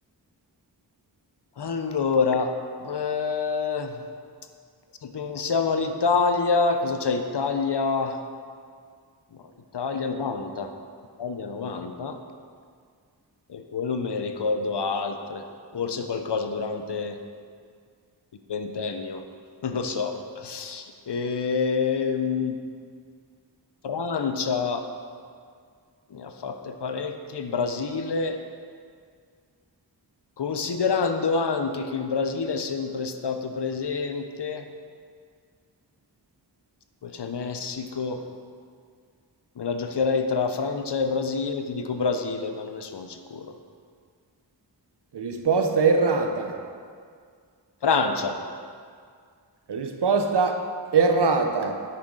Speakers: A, on the left (about 70°); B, on the right (about 70°).
A: Allora, eh, se pensiamo all'Italia, cosa c'è? Italia, no, Italia 90, Italia 90. E poi non me ne ricordo altre, forse qualcosa durante il ventennio, <laughs> non lo so. Ehm, Francia ne ha fatte parecchie, Brasile, considerando anche che il Brasile è sempre stato presente, poi c'è Messico, me la giocherei tra Francia e Brasile, ti dico Brasile, ma non ne sono sicuro.
B: Risposta errata.
A: Francia,
B: Risposta errata.